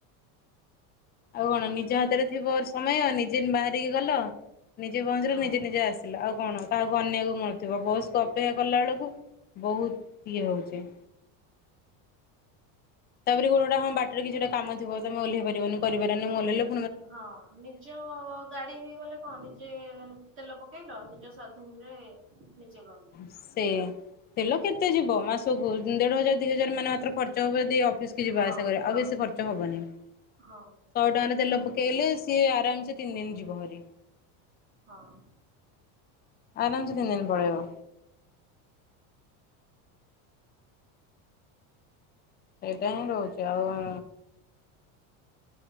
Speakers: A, on the left; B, on the right.
A: ଆଉ କଣ ନିଜ ହାତରେ ଥିବ ସମୟ ନିଜେ ବାହାରିକି ଗଲ ନିଜେ ପହଞ୍ଚିଲ
B: ହଁ
A: ନିଜେ ନିଜେ ଆସ। ଥିଲା ଆଉ କଣ କାହାକୁ ଅନେଇଆକୁ ନଥିବ ବସକୁ ଅପେକ୍ଷା କଲା ବେଳକୁ ବହୁତ ଇଏ ହେଉଛି। ତାପରେ ଗୋଟେ ଗୋଟେ ଟା ହଁ ବାଟରେ ରେ କିଛି ଗୋଟେ କାମ ଥିବ ତମେ ଓଲେଇ ପାରିବନି କରିପାରିବନି ମୁ ଓଲେଇଲେ
B: ହଁ ନିଜ ଗାଡି ହେଇଗଲେ କଣ ନିଜେ ମ ତେଲ ପକେଇଲ ନିଜ ସ୍ଵାଧୀନ ରେ ନିଜେ ଗଲ।
A: ସେ ତେଲ କେତେ ଯିବ ମାସକୁ ଦେଢ ହଜାର ଦି ହଜାର ମାନେ ମାତ୍ର ଖର୍ଚ୍ଚ ହବ ଯଦି ଅଫିସ କି ଯିବା
B: ହଁ
A: ଆସିବା କରିବା ଆଉ ବେଶୀ ଖର୍ଚ୍ଚ ହବନି। ଶହେ
B: ହଁ
A: ଟଙ୍କାରେ ତେଲ ପକେଇଲେ ସିଏ ଆରାମସେ ତିନି ଦିନ ଯିବ ଭାରି।
B: ହଁ।
A: ଆରାମସେ ତିନିଦିନ ପଳେଇବ। ସେଇଟା ହିଁ ରହୁଛି ଆଉ ଉଁ